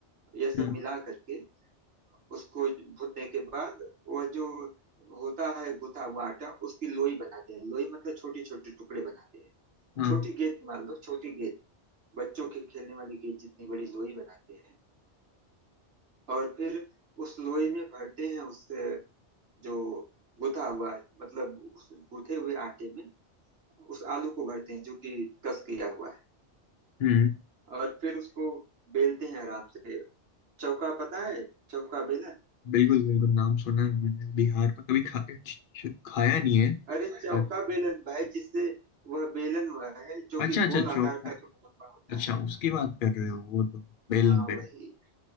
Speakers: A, on the right; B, on the left.
A: यह सब
B: हम्म
A: मिला करके उसको भुनने के बाद वह जो होता है गुथा हुआ आटा उसकी लोई बनाते हैं लोई मतलब छोटे छोटे टुकड़े बनाते हैं
B: हाँ
A: छोटी गेंद मान लो छोटी गेंद बच्चों के खेलने वाली गेंद जितनी बड़ी लोई बनाते हैं और फिर उस लोई में भरते हैं उस जो गुथा हुआ मतलब उस गुथे हुए आटे में उस आलू को भरते हैं जो कि कस किया हुआ है
B: हम्म
A: और फिर उसको बेलते हैं आराम से चौका पता है चौका बेलन
B: बिल्कुल बिल्कुल नाम सुना है मैंने बिहार का कभी खा, च- च- खाया नहीं है
A: अरे चौका
B: पर
A: बेलन भाई जिससे वह बेलन वह है जो
B: अच्छा
A: कि
B: अच्छा
A: गोल
B: चोखा
A: आकार का जो लंबा होता
B: अच्छा
A: है
B: उसकी बात कर रहे हो वो तो बेलन
A: हाँ
B: बेलन
A: वही